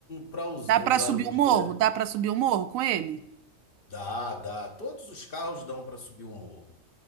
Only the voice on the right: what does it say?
Dá pra subir
o morro? Dá pra subir o morro com ele?